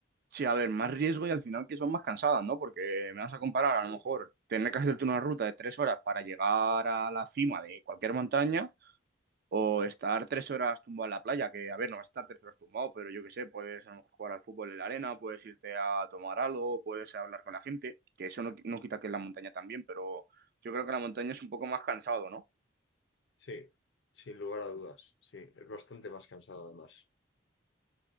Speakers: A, on the right; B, on the left.
A: Sí, a ver, más riesgo y al final que son más cansadas, ¿no? Porque me vas a comparar, a
B: Sí.
A: lo mejor, tener que hacerte una ruta de tres horas para llegar a la cima de cualquier montaña O estar tres horas tumbado en la playa, que a ver, no vas a estar tres horas tumbado, pero yo qué sé, puedes a lo mejor jugar al fútbol en la arena, puedes irte a tomar algo, puedes hablar con la gente, que eso no, no quita que en la montaña también, pero yo creo que en la montaña es un poco más cansado, ¿no?
B: Sí, sin lugar a dudas. Sí, es bastante más cansado además.